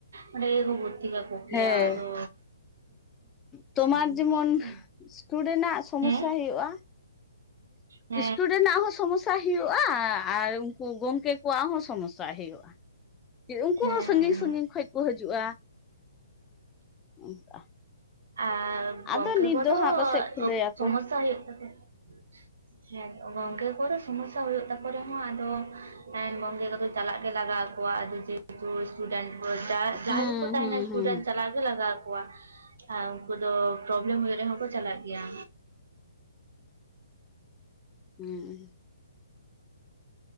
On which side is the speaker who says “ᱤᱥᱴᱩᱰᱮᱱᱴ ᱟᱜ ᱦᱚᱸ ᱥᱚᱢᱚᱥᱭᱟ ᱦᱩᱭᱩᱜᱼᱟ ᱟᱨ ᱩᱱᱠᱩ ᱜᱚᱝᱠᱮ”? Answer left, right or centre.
Left